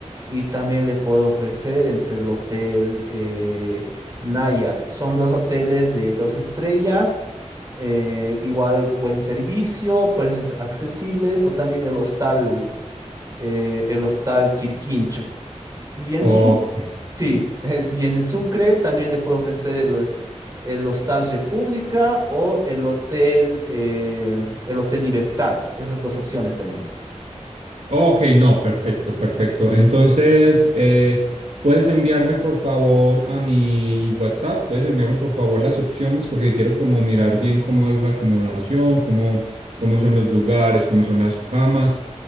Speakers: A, on the right; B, on the right.
A: y también le puedo ofrecer entre el Hotel eh, Nayar. Son dos hoteles de dos estrellas, eh, igual buen servicio, precios accesibles o también el hostal, eh, el hostal Quirquincho. Y en
B: ok.
A: su, sí, es- y en Sucre también le puedo ofrecer el, el Hostal República o el Hotel, eh, el Hotel Libertad. Esas dos opciones tenemos.
B: Ok, no, perfecto, perfecto. Entonces, eh, puedes enviarme por favor a mi WhatsApp, puedes enviarme por favor las opciones porque quiero como mirar bien cómo es la acomodación, cómo, cómo son los lugares, cómo son las camas